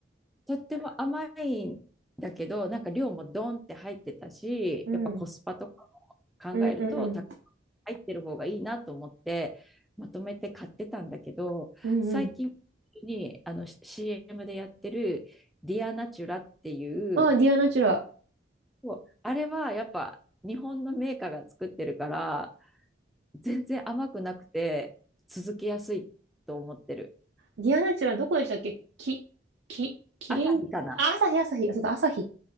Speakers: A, in the centre; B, on the right.
A: とっても甘いんだけど、なんか量もドンって入ってたし、
B: うん。
A: やっぱコスパとか
B: うんうんうん。
A: も考えると、た入ってる方がいいなと思って、まとめて買ってたんだけど、
B: うんうん。
A: 最近にあの CM でやってるディアナチュラっていう、
B: あ、ディアナチュラ。
A: そうあれはやっぱ日本のメーカーが作ってるから、全然甘くなくて続けやすいと思ってる。
B: ディアナチュラどこでしたっけき、き、キリン、
A: アサヒかな。
B: あ、朝日朝日。あ、そうだ、朝日。